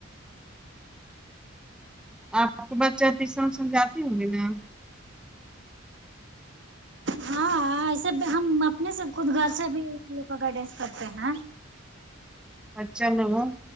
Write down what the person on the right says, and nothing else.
ہاں ایسے اب ہم اپنے سے خود گھر سے بھی اس لوگ کا گائیڈینس کرتے ہیں